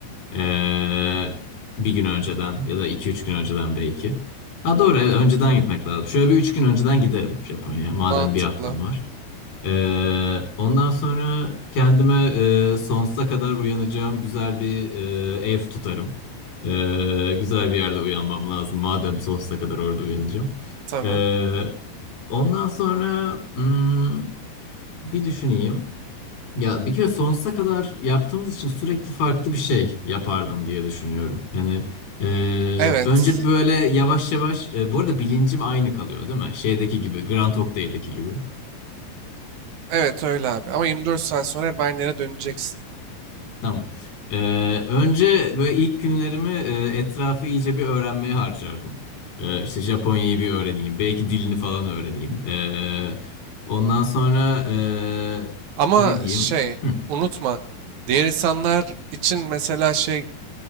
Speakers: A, on the left; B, on the right.
A: Ee, bir gün önceden ya da iki üç gün önceden belki. Ha doğru evet, önceden gitmek lazım. Şöyle bir üç gün önceden giderim Japonya'ya madem
B: Mantıklı.
A: bir haftam var. Ee, ondan sonra kendime e, sonsuza kadar uyanacağım güzel bir e, ev tutarım. Ee, güzel bir yerde uyanmam lazım. Madem sonsuza kadar orada uyanacağım.
B: Tamam.
A: Ee, ondan sonra hmm, bir düşüneyim. Ya bir kere sonsuza kadar yaptığımız için sürekli farklı bir şey yapardım diye düşünüyorum. Hani e,
B: Evet.
A: önce böyle yavaş yavaş. e, bu arada bilincim aynı kalıyor, değil mi? Şeydeki gibi, Grand Hotel'deki gibi.
B: Evet öyle abi. Ama 24 saat sonra hep aynı yere döneceksin.
A: Tamam. Ee, önce böyle ilk günlerimi e, etrafı iyice bir öğrenmeye harcardım. Ee, işte Japonya'yı bir öğreneyim. Belki dilini falan öğreneyim. Ee, ondan sonra e,
B: Ama
A: ne diyeyim?
B: şey
A: Hı,
B: unutma diğer insanlar için mesela şey